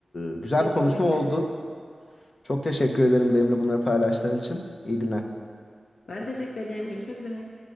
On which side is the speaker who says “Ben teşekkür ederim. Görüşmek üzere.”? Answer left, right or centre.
Left